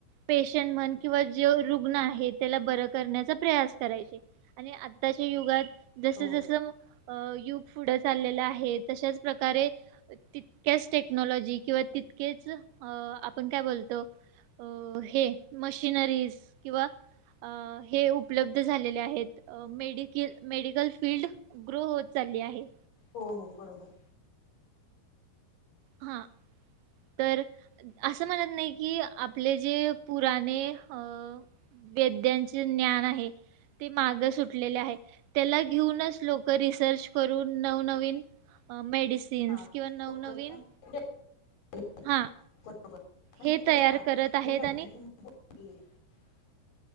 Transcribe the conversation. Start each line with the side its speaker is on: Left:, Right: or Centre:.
Right: पेशंट म्हण किंवा जो रुग्ण आहे त्याला बरं करण्याचा प्रयास करायचे. आणि आत्ताच्या युगात जसं
Left: हो
Right: जसं अ युग पुढं चाललेलं आहे तशाच प्रकारे तितक्याच टेक्नॉलॉजी किंवा तितकेच आपण काय बोलतो अ हे मशिनरीज किंवा हे उपलब्ध झालेले आहेत. मेडिकील मेडिकल फिल्ड ग्रो होत चालली आहे
Left: हो हो बरोबर
Right: हां तर असं म्हणत नाही कि आपले जे पुराने अ वेद्यांचे ज्ञान आहे. ते माग सुटलेले आहे, त्येला घेऊनच लोकं रिसर्च करून नवनवीन अ मेडिसिन्स
Left: हा
Right: किंवा नवनवीन
Left: <unintelligible>
Right: हा हे
Left: <unintelligible>
Right: तयार करत आहेत आणि